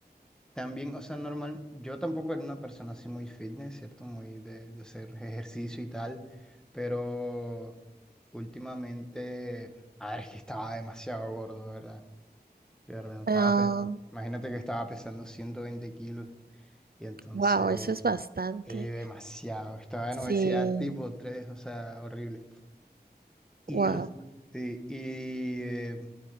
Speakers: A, in the centre; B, on the right.
A: también, o sea, normal, yo tampoco era una persona así muy fitness, ¿cierto? Muy de, de hacer ejercicio y tal, pero últimamente, a ver, es que estaba demasiado gordo, de ¿verdad? De verdad, estaba,
B: Ah,
A: pe- imagínate que estaba pesando 120 kilos y entonces...
B: wow, eso es bastante.
A: Sí, demasiado. Estaba
B: Sí,
A: en obesidad tipo tres o sea, horrible. Y,
B: Wow,
A: res- sí, y eh,